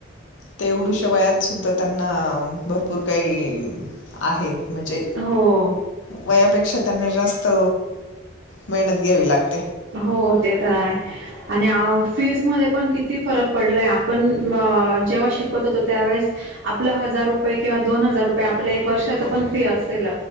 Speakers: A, on the left; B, on the right.
A: तेवढूशिवायात सुद्धा त्यांना भरपूर काही आहे म्हणजे
B: हो.
A: वयापेक्षा त्यांना जास्त मेहनत घ्यावी लागते
B: हो ते तर आहे आणि फीजमध्येध्ये पण किती फरक पडलाय आपण जेव्हा शिकवत होतो त्यावेळेस आपल्या हजार रुपये किंवा दोन हजार रुपये आपल्या एक वर्षाच पण फी असेल